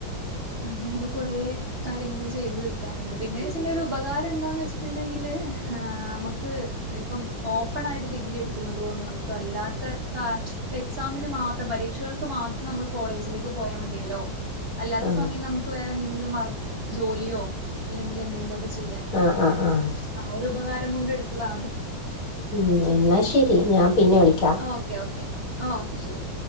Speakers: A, on the right (about 45°); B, on the left (about 90°).
A: അങ്ങനെ ഇന്ന് കൊറേ കാര്യങ്ങൾ ചെയ്ത് തീർ ക്കാന്ണ്ട് പിന്നെ വെച്ച്ണ്ടൊരു ഒരു ഉപകാരം എന്താന്ന് വെച്ച്ട്ട്ണ്ടെങ്കില് ആ അമക്ക് ഇപ്പം ഓപ്പണായിട്ട് ഡിഗ്രി എട്ക്ക്ന്നത് കൊണ്ട് നമ്ക്ക് അല്ലാ മറ്റെത് ആഹ് എക്സാമിന് മാത്രം പരീക്ഷകൾക്ക് മാത്രം നമ്മള് കോളേജിലേക്ക് പോയാ മതിയല്ലോ അല്ലാത്ത
B: ആഹ്
A: സമയം നമുക്ക് വേറെ എന്തെങ്കിലും വർക് ജോലിയോ അല്ലെങ്കില് എന്തെങ്കിലൊക്കെ ചെയ്യാ
B: ആഹ് ആഹ് ആഹ്
A: ആഹ് ഒരു ഉപകാരം കൊണ്ട് ഇട്ത്തതാണ്
B: ഉം എന്നാ ശെരി ഞാംപിന്നെ വിളിക്കാ
A: ഓക്കേ ഓക്കെ ആഹ് ഓക്കെ ശെരി